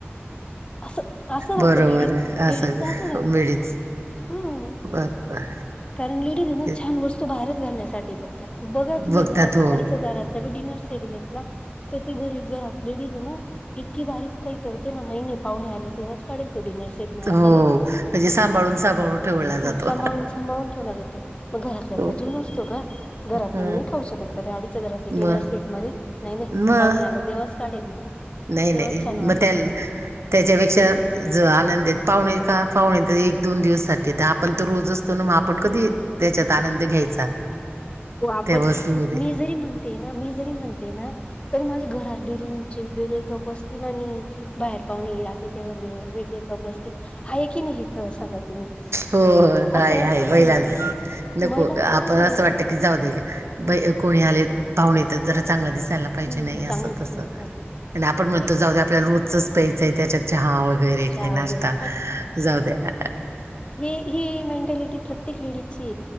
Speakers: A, on the left; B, on the right.
A: असं असं राहतं
B: बरोबर
A: लेडीजच
B: आहे
A: लेडीजच
B: असं
A: राहतं
B: मिेळीच.
A: हम्म
B: बर बर!
A: कारण लेडीज ना
B: ते
A: छान वस्तू बाहेरच घालण्यासाठी बघतात बघा तुम्ही
B: बघतात
A: घरात
B: हो
A: आडीच्या हजाराचं. स डिनर सेट घेत ना तर ते घरी घरात लेडीज आहे ना इतकी भारी काही करते ना नाही नाही पाहुणे आले तेव्हा काढल तो डिनर सेट. मी
B: हो
A: असा
B: म्हणजे सांभाळून, सांभाळून ठेवला जातो
A: ह सांभाळून सांभाळून ठेवला जातो मग घरातल्याचा
B: हो
A: जीव नसतो का? घरात
B: ह
A: खाऊ शकत का ते अडीज हजाराचे डिनर
B: मग
A: सेटमध्ये नाही नाही
B: मग
A: पाहुणे आल्या तेव्हाच काढेल मी
B: नाही
A: तेव्हाच
B: नाही
A: छान वाटेल
B: मग त्या त्याच्यापेक्षा ज आनंदेत पाहुणे का पाहुणे एक दोन दिवससाठी तर आपण तर रोजच असतो ना मग आपण कधी त्याच्यात आनंद घ्यायचा
A: आपण
B: त्या वस्तूमध्ये
A: मी जरी म्हणते ना, मी जरी म्हणते ना तरी माझ्या घरात डेलीचे वेगळे कप असतील आणि बाहेर पाहून येला तेथवर वेगळेपस्तील आहे की नाही हे खं सांगा तुम्ही?
B: हो हो हाय
A: असं
B: आहेा
A: असतं
B: महिलांच
A: की नाही
B: नको
A: महिलांचं
B: आपण
A: तसच
B: असं
A: असतं
B: वाटत. जाऊ दे घ्या कोणी आले पाहुणे तर जरा चांगला दिसायला प्यायचं
A: हम्म
B: नाही
A: चांगलं
B: असं
A: दिसायला
B: तसं
A: पाहिजे
B: आणि आपण म्हणतो
A: हे
B: जाऊ द्या रोजचंच पाहिजे त्याच्यात चहा वगैरे काही
A: चहा
B: नाश्ता
A: वगैरे
B: जाऊ द्या.
A: हे ही मेंटॅलिटी प्रत्येक लेडीची